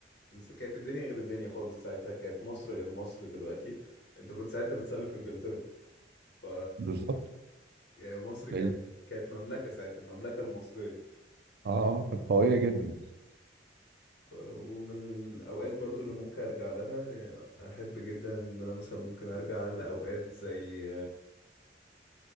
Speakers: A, on the left (about 65°); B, on the right (about 60°).
A: بس كانت الدنيا غير الدنيا خالص ساعتها كانت مصر غير مصر دلوقتي انت كنت ساعتها بتسلف انجلترا ف
B: بالظبط
A: يعني مصر كانت
B: ال-
A: كانت مملكة ساعتها المملكة المصرية
B: اه آه، كانت قوية جدا
A: ومن الأوقات برضو اللي ممكن أرجع لها يعني أحب جدا إن أنا مثلا ممكن أرجع لأوقات زي